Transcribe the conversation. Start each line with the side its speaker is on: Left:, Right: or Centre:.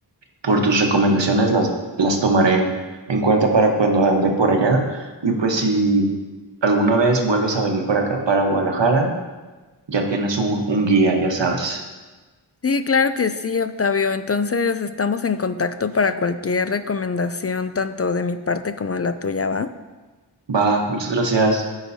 Right: Por tus recomendaciones las, las tomaré en cuenta para cuando ande por allá. Y pues si alguna vez vuelves a venir para acá, para Guadalajara, ya tienes un, un guía, ya sabes.
Left: Sí, claro que sí, Octavio. Entonces estamos en contacto para cualquier recomendación, tanto de mi parte como de la tuya, ¿va?
Right: Va, muchas gracias.